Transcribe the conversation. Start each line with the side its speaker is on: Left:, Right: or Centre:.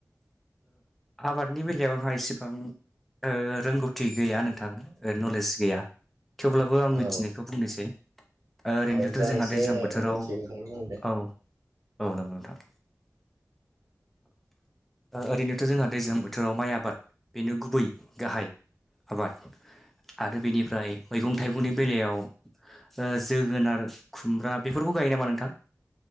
Centre: आबादनि बेलायाव आंहा इसिबां ओ रोंगौथि गैया नोंथां नलेज गैया थेवब्लाबो आं
Right: औ
Centre: मिथिनायखौ बुंनोसै ओरैनोथ'
Right: औ जा
Centre: जोंहा
Right: एसे
Centre: दैज्लां बोथोराव
Right: मिथियो बेखौनो बुंदो
Centre: औ औ नंगौ नोंथां ओरैनोथ' जोंहा दैजां बोथोराव माइ आबाद बेनो गुबै गाहाय आबाद आरो बेनिफ्राय मैगं थाइगंनि बेलायाव जोगोनार खुमब्रा बेफोरखौ गायो नामा नोंथां